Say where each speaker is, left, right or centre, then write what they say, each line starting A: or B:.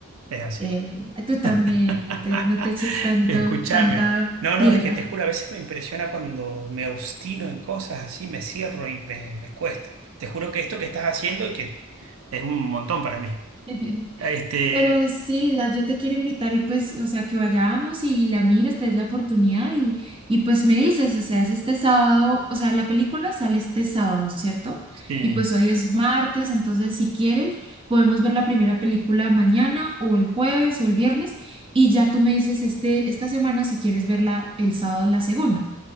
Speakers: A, on the right; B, on the right.
A: Es así.
B: eh,
A: <laughs>
B: tú también, no te, no te eches tanto,
A: Escúchame.
B: tanta
A: No,
B: tierra.
A: no, es que te juro, a veces me impresiona cuando me obstino en cosas así, me cierro y me, me cuesta. Te juro que esto que estás haciendo y que es un montón para mí.
B: <laughs>
A: Este,
B: Pero sí, la- yo te quiero invitar y pues, o sea, que vayamos y la mires, te des la oportunidad y, y pues me dices, o sea, es este sábado, o sea, la película sale este sábado, ¿cierto?
A: sí.
B: Y pues hoy es martes, entonces si quieres, podemos ver la primera película mañana o el jueves o el viernes y ya tú me dices este, esta semana si quieres verla el sábado la segunda.